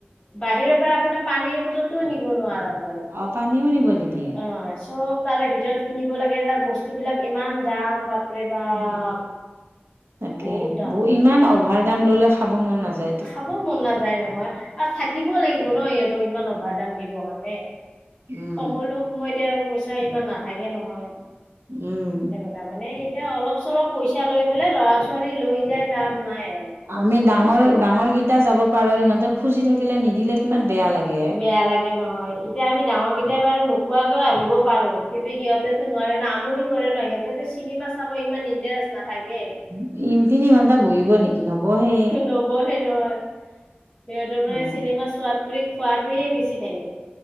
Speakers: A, on the left; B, on the right.
A: বাহিৰৰ পৰা আপোনাৰ পানীৰ বটল টোও নিব নোৱাৰা।
B: অ পানীও নিব
A: অ',
B: নিদিয়ে
A: চব তাৰে ভিতৰত। কিনিব লাগে তাৰ বস্তুবিলাক ইমান দাম বাপৰে বাপ।
B: উম তাকে
A: বহুত দাম
B: বৌ ইমান অভাৰ দাম ল'লে খাব মন নাযায়তো।
A: খাব মন নাযায় নহয় আৰু থাকিব লাগিব ন, ইহঁতক ইমান অভাৰ দাম দিবৰ কাৰণে।
B: উম
A: সকলো সময়তে আৰু পইচা ইমান নাথাকে নহয়।
B: উম।
A: তাৰ মানে এতিয়া অলপ চলপ পইচা লৈ পেলাই ল'ৰা ছোৱালী লৈ যাই লাভ নাই। আৰু অলপ
B: আমি ডাঙৰ,
A: পইচা থাকিব
B: ডাঙৰ কিটা যাব পাৰোঁ, আৰু ইহঁতে খুজি থাকিলে নিদিলে কিমান বেয়া লাগে।
A: বেয়া লাগে নহয়, এতিয়া আমি ডাঙৰকেইটায়া বাৰু নোখোৱাকেও আহিব পাৰোঁ, কিন্তু সিহঁতেতো নোৱাৰে ন। আমনি কৰে ন সিহঁতে চিনেমা চাব ইমান ইণ্টাৰেষ্ট নাথাকে।
B: উ তিনি ঘন্টা বহিব নবহে।
A: নবহে নহয় সিহঁতৰ মানে
B: উম
A: চিনেমা চোৱাত কৰি খোৱাটোহে বেছি থাকে।